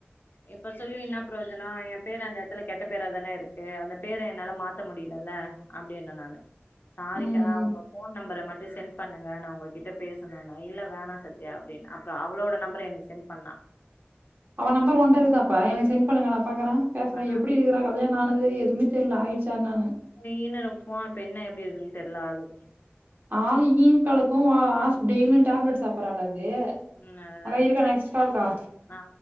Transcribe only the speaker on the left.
இப்ப சொல்லி என்ன ப்ரோஜனம் என் பேரு அந்த இடத்துல கெட்ட பேரா தானே இருக்கு அந்த பேர என்னால மாத்த முடியலல்ல அப்டின்ன நானு சாரிக்கா
உங்க போன் நம்பர மட்டும் சென்ட் ன் பண்ணுங்க நா உங்ககிட்ட பேசணுனா இல்ல வேணா சத்தியா அப்டின்ன அப்பறம் அவளோட நம்பர எனக்கு சென்ட் பண்ணா
ஆ
சீ ன்னு இழுப்புவான் இப்ப என்ன எப்டி இருக்குன்னு தெர்ல ஆளு
ம் அதுதா
அதுதா
ஆ